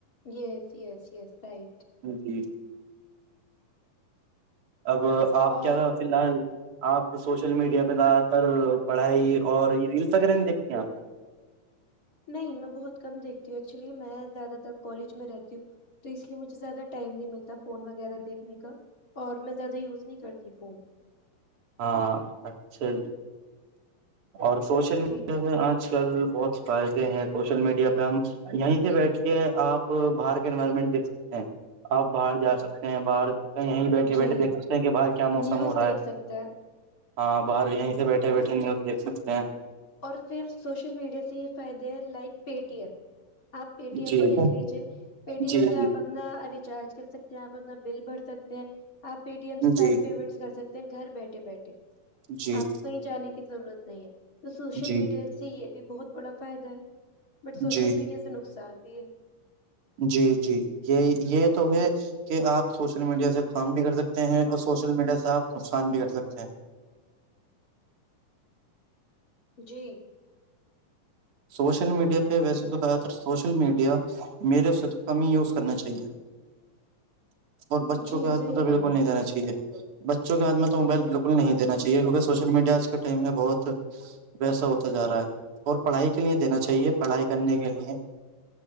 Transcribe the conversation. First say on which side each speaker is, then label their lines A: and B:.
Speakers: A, on the left (about 25°); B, on the right (about 45°).
A: یس یس یس رائٹ
B: ہیں جی اب آپ
A: اور
B: کیا فیلحال آپ سوشل میڈیا پہ زیادہ تر پڑھائی اور یہ ریلس وغیرہ دیکھتے ہیں آپ
A: نہیں میں بہت کم دیکھتی ہوں ایکچولی میں زیادہ تر کالج میں رہتی ہوں تو اس لیے مجھے زیادہ ٹائم نہیں ملتا فون وغیرہ دیکھنے کا اور میں زیادہ یوز نہیں کرتی فون
B: ہاں اچھا جی اور سوشل میڈیا
A: جی
B: میں آج کل بہت فائدے ہیں سوشل میڈیا پہ ہم یہیں سے بیٹھ کے آپ باہر کے انوائرمنٹ دیکھ سکتے ہیں آپ باہر جا سکتے ہیں باہر کہ یہ ہی بیٹھے
A: جی
B: بیٹھے دیکھ سکتے ہیں کہ بھاہر کیا موسم
A: نیوز
B: ہو رہا
A: دیکھ
B: ہے
A: سکتا
B: ہاں باہر یہی سے بیٹھے بیٹھے نیوز دیکھ سکتے ہیں
A: اور پھر سوشل میڈیا سے یہ فائدے ہیں لائک پے ٹی ایم آپ پے ٹی ایم
B: جی
A: کو دیکھ لیجیے پے ٹی ایم
B: جی
A: سے
B: جی
A: آپ اپنا ریچارج کر سکتے ہیں آپ اپنا بل بھر سکتے <unintelligible> آپ پے ٹی ایم سے ساری
B: جی
A: پیمنٹس کر سکتے ہیں گھر بیٹھے بیٹھے
B: جی
A: آپ کہیں جانے کی ضرورت صی ہے تو سوشل
B: جی
A: میڈیا سے یہ بھی بہت بڑا فائدہ ہے بٹ سوشل
B: جی
A: میڈیا چ نقصان ت
B: جی جی یہ یہ تو ہے کہ آپ سوشل میڈیا سے کام بھی کر سکتے ہیں اور سوشل میڈیا سے آپ نقصان بھی کر سکتے ہیں
A: جی
B: سوشل میڈیا پہ ویسے تو زیادہ تر سوشل میڈیا میرے کم ہی یوز کرنا چاہیئے اور بچوں
A: جی
B: کے ہاتھ
A: صحیح
B: م تو
A: کہہ
B: بالکل
A: رہے ہیں
B: نہیں دینا چاہیے بچوں کے ہاتھ میں تو موبائل بالکل نہیں دینا چاہیے کیونکہ سوشل میڈیا آج کے ٹائم میں بہت ویسا ہوتا جا رہا ہے اور پڑھائی کے لیے دینا چاہیے پڑھائی کرنے کے لیے